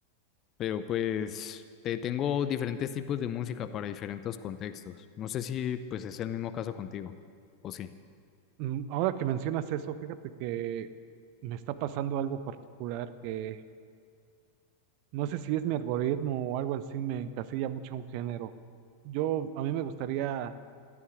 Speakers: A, on the left; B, on the right.
A: pero pues te- tengo diferentes tipos de música para diferentes contextos. No sé si pues es el mismo caso contigo, o sí.
B: Mm, Ahora que mencionas eso, fíjate que me está pasando algo particular que no sé si es mi algoritmo o algo así, me encasilla mucho a un género. Yo, a mí me gustaría